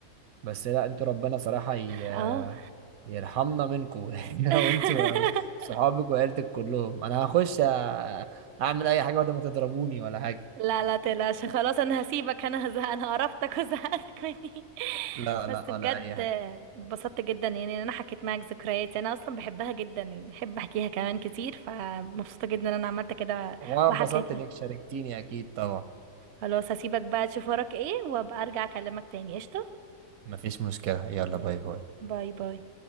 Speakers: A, on the right (about 80°); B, on the right (about 65°).
A: بس لا انتوا ربنا صراحة ي-
B: اه
A: يرحمنا منكم <laughs> يعني
B: <laughs>
A: وانتوا صحابك وعيلتك كلهم انا هخش أ- اعمل اي حاجة بدل ما تضربوني ولا حاجة
B: لا لا تقلقش خلاص انا هسيبك انا هزهق انا قرفتك وزهقتك مني
A: لا لا
B: بس بجد
A: ولا اي حاجة
B: اتبسطت جدا يعني ان انا حكيت معاك ذكرياتي انا اصلا بحبها جدا يعني بحب احكيها كمان كتير فمبسوطه جدا ان انا عملت كده
A: وانا
B: وحكيت
A: اتبسطت انك
B: لك
A: شاركتيني اكيد طبعا
B: خلاص هسيبك بقى تشوف وراك ايه وابقى ارجع اكلمك تاني قشطه
A: مفيش مشكلة يلا
B: yeah.
A: باي باي
B: باي باي